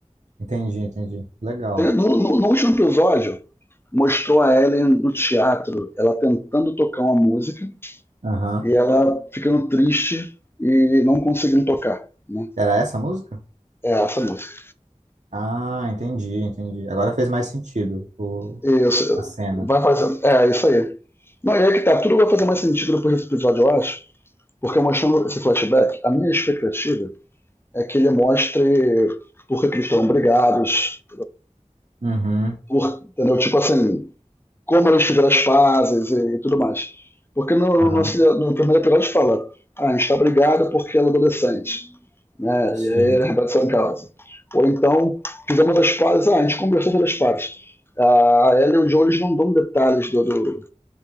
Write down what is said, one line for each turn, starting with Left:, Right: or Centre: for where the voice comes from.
Right: Entendi, entendi. Legal.
Left: No, no- no último episódio, mostrou a Ellen no teatro, ela tentando tocar uma música
Right: Aham.
Left: e ela ficando triste e não conseguindo tocar. Né?
Right: Era essa a música?
Left: É essa música.
Right: Ah, entendi, entendi. Agora fez mais sentido o,
Left: Isso.
Right: a cena.
Left: Vai fazer. É, isso aí. Não, e aí que tá, tudo vai fazer mais sentido depois desse episódio, eu acho. Porque mostrando esse flashback, a minha expectativa é que ele mostre por que, que eles estão brigados,
Right: Uhum,
Left: por, entendeu? Tipo assim, como eles fizeram as pazes e, e tudo mais. Porque no, no,
Right: aham.
Left: no, primeiro episódio fala, ah, a gente está brigado porque ela é adolescente, né?
Right: Sim,
Left: E aí a redação em causa. Ou então, fizemos as pazes, ah, a gente conversou sobre as pazes. A ela e o Joe eles não dão detalhes do, do,